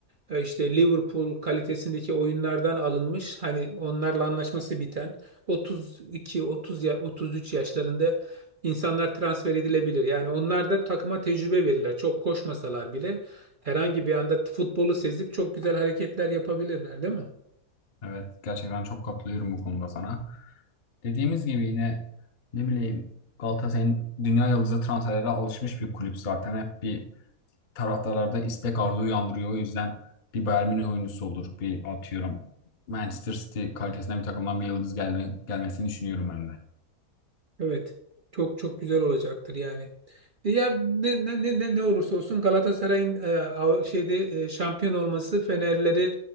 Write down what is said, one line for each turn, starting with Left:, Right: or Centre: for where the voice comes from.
Right: e, işte Liverpool kalitesindeki oyunlardan alınmış. Hani onlarla anlaşması biten. 32, 30 ya 33 yaşlarında insanlar transfer edilebilir. Yani onlar da takıma tecrübe verirler. Çok koşmasalar bile herhangi bir anda futbolu sezip çok güzel hareketler yapabilirler, değil mi?
Left: Evet gerçekten çok katılıyorum bu konuda sana. Dediğimiz gibi yine ne bileyim Galatasaray'ın dünya yıldızı transferlere alışmış bir kulüp zaten. Hep bir taraftarlarda istek arzu uyandırıyor. O yüzden bir Bayern Münih oyuncusu olur. Bir atıyorum Manchester City kalitesinde bir takımdan bir yıldız gelme, gelmesini düşünüyorum ben de.
Right: Evet. Çok çok güzel olacaktır yani. E Ya ne ne ne ne ne olursa olsun Galatasaray'ın e, av- şeyde e, şampiyon olması Fenerleri